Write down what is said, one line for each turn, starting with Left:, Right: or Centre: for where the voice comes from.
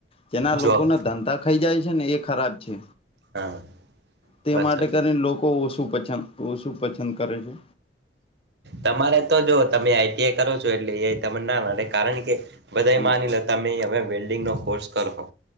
Left: જેના
Right: જોબ
Left: લોકો ના ધંધા ખાઈ જાય છે ને એ ખરાબ છે.
Right: હા.
Left: તે
Right: વરસાદ
Left: માટે કરીને લોકો ઓછું પસંદ ઓછું પસંદ કરે છે.
Right: તમારે તો જો તમે આઈ ટી આઈ કરો છો તો એટલે એ આઈ તમને ન પડે કારણ કે બધા
Left: હા
Right: માની લો તમે વેલ્ડીંગ નો કોર્સ કર હો